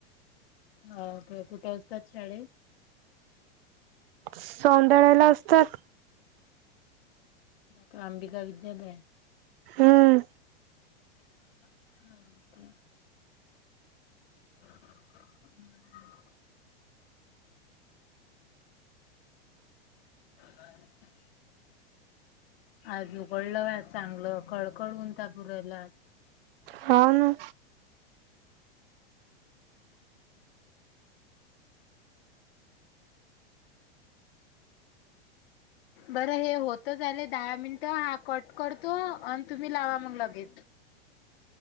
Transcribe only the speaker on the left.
हा ते कुठे असतात शाळेत?
प्रांबिका विद्यालया.
<inaudible> हम्म. <inaudible> आज उघडलं का चांगलं कळकळन ऊन तापू राहिल आज.
बरं हे होत ले दहा मिनट हा कट करतो आणि तुम्ही लावा मग लगेच.